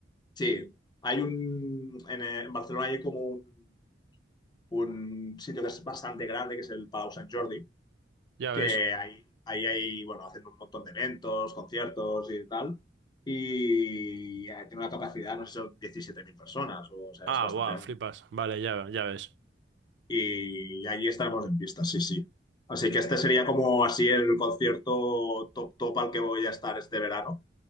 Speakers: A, on the left (about 25°); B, on the right (about 70°).
A: Sí, hay un, en, eh, en Barcelona hay como un, un sitio que es bastante grande, que es el Palau Sant Jordi,
B: Ya
A: que
B: ves.
A: ahí, ahí hay, bueno, hacen un montón de eventos, conciertos y tal, y eh, tiene una capacidad, no sé, si son 17.000 personas, o, sea,
B: Ah,
A: es bastante
B: guau,
A: grande.
B: flipas. Vale, ya, ya ves.
A: Y allí estaremos en pista, sí, sí. Así que este sería como así el concierto top top al que voy a estar este verano.